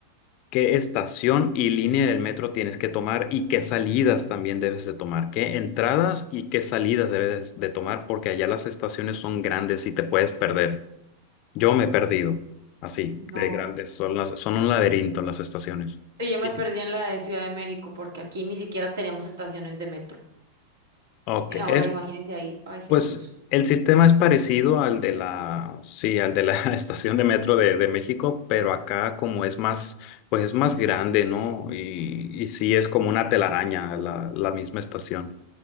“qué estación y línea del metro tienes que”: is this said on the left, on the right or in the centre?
Left